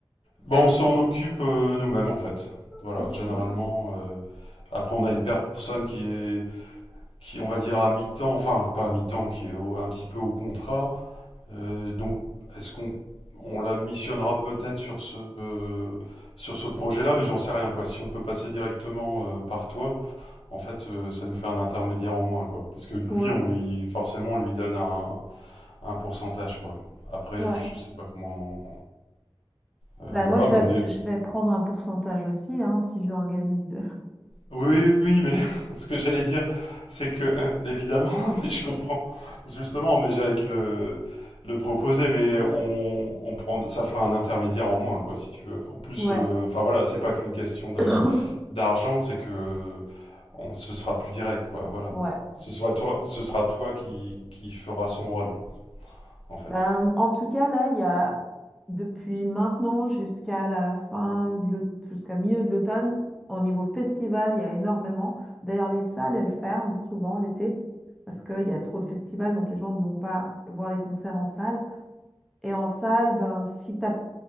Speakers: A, on the left; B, in the centre.
A: Bon, on s'en occupe euh, nous-mêmes, en fait. Voilà,
B: Ok,
A: généralement. euh, après, on a une personne qui est, qui, on va dire, à mi-temps, enfin, pas à mi-temps, qui est au- un petit peu au contrat, Euh, donc, est-ce qu'on on la missionnera peut-être sur ce euh, sur ce projet-là, mais j'en sais rien quoi. Si on peut passer directement euh, par toi, en fait, euh, ça nous fait un intermédiaire en moins quoi. Parce que lui,
B: ouais,
A: on lui forcément on lui donne un, un pourcentage quoi. Après,
B: ouais.
A: je sais pas comment. euh,
B: Bah,
A: voilà,
B: moi, je
A: mais
B: vais,
A: on est
B: je vais prendre un pourcentage aussi, hein, si j'organise.
A: Oui, oui, oui, mais <laughs> ce que j'allais dire, c'est que, hein, évidemment, <laughs> mais je comprends, justement, mais j'allais te le, le proposer, mais
B: <laughs>
A: on, on prend, ça fera un intermédiaire en moins, quoi, si tu veux. En plus,
B: Ouais,
A: euh, enfin voilà, c'est pas qu'une question de
B: <coughs>
A: d'argent, c'est que on, ce sera plus direct, quoi, voilà.
B: ouais.
A: Ce sera toi, ce sera toi qui, qui fera son rôle, en fait.
B: Ben, en tout cas, là, il y a depuis maintenant jusqu'à la fin, de l'aut- jusqu'à milieu de l'automne, au niveau festival, il y a énormément. D'ailleurs, les salles, elles ferment souvent l'été parce qu'il y a trop de festivals, donc les gens ne vont pas voir les concerts en salle. Et en salle, ben, si t'as...